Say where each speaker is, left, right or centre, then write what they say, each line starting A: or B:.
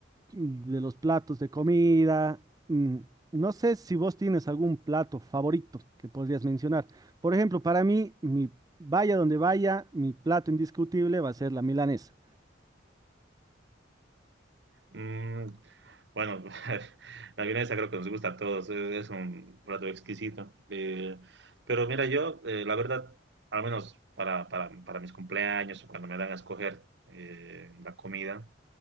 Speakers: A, on the right; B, on the right.
A: de los platos de comida. mm, No sé si vos tienes algún plato favorito que podrías mencionar. Por ejemplo, para mí, mi, vaya donde vaya, mi plato indiscutible va a ser la milanesa.
B: Mm, bueno, <laughs> la vienesa creo que nos gusta a todos, es, es un plato exquisito. Eh, pero mira, yo, eh, la verdad, al menos para, para, para mis cumpleaños o cuando me dan a escoger eh, la comida,